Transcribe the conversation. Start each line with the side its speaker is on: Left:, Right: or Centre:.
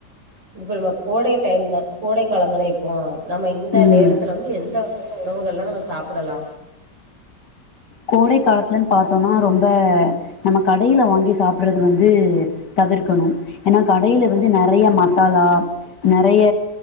Right: இதுப்ப நம்ம கோடை டைம் தா கோடை கால தானே இப்போ நம்ம இந்த
Left: ம்
Right: நேரத்துல வந்து எந்த வகையான உணவுகள் எல்லா நம்ம சாப்பிடலா
Left: கோடை காலத்துலன்னு பாத்தோனா ரொம்ப நம்ம கடையில வாங்கி சாப்டுறது வந்து தவிர்க்கணு ஏன்னா கடையில வந்து நெறைய மசா சாலா நெறைய